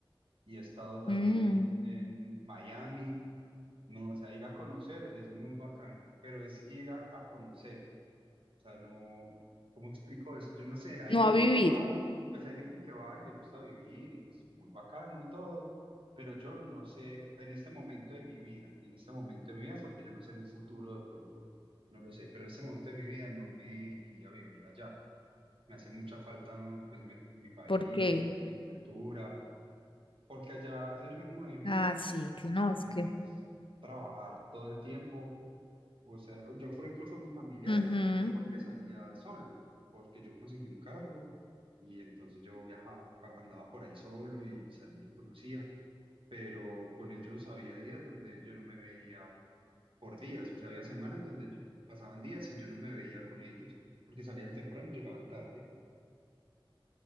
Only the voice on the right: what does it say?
y he estado también
en, en Miami. No, o sea, ir a conocer es muy bacano, pero es ir a, a conocer. O sea, no, ¿cómo explico esto? Yo no sé, hay
gente
que va, pues hay gente que va y le gusta vivir y pues muy bacano y todo, pero yo no sé en este momento de mi vida, en este momento de mi vida, porque yo no sé en un futuro de pronto, no lo sé, pero en este momento de mi vida no me iría a vivir allá. Me hace mucha falta pues mi, mi país,
como mi cultura, porque allá el ritmo de vida
es
trabajar todo el tiempo o sea, yo por ejemplo con mis familiares,
yo porque salía solo, porque yo conseguí un carro y entonces yo viajaba, a- andaba por ahí solo y, y salía y conocía, pero con ellos había días donde yo no me veía por días, o sea, había semanas donde yo- pasaban días y yo no me veía con ellos porque salían temprano, llegaban tarde,